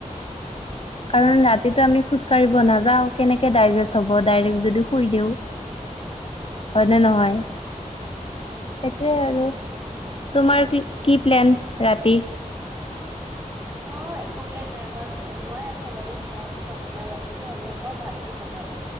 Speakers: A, on the left; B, on the right.
A: কাৰণ ৰাতিটো আমি খোজ কঢ়িব নাযাও কেনেকে ডাইজেষ্ট হব ডাইৰেক্ট
B: উম।
A: যদি শুই দিও।
B: উম,
A: হয়নে নহয় সেইটোৱে আৰু, তোমাৰ কি কি প্লেন ৰাতি?
B: মোৰ একো প্লেন নাই আমাৰতো বনোৱাই আছে বাৰু এতিয়া একো নবনাই ৰাতি আৰু আকৌ ভাতটো বনাব